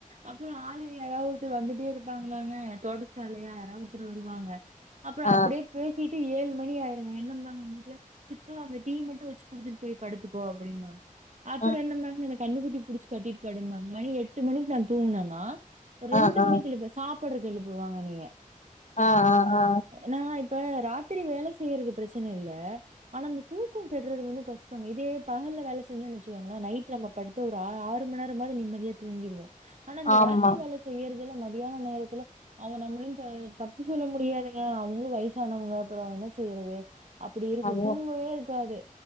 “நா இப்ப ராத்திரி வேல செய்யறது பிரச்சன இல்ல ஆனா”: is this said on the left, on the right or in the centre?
Right